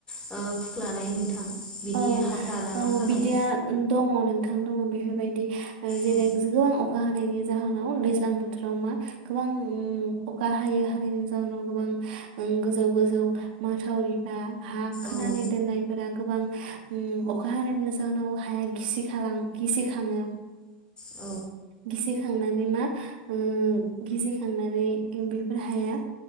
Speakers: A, on the left (about 20°); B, on the right (about 75°).
A: खुख्लानाय नोंथां बिदि
B: औ
A: हाथाला
B: औ
A: मा खालाय
B: बिदिया दङ नोंथां दंमोन बेफोरबायदि जेरै
A: औ
B: गोबां अखा हानायनि जाहोनाव दैज्लां बोथोराव मा गोबां अखा हायो हानायनि जाहोनाव गोबां गोजौ गोजौ माथावरि बा हा खोनानै
A: औ
B: दोननायफोरा गोबां अखा हानायनि जाहोनाव हाया गिसि गिसि खाङो
A: औ
B: गिसि खांनानै मा ओ गिसि खांनानै बेफोर हाया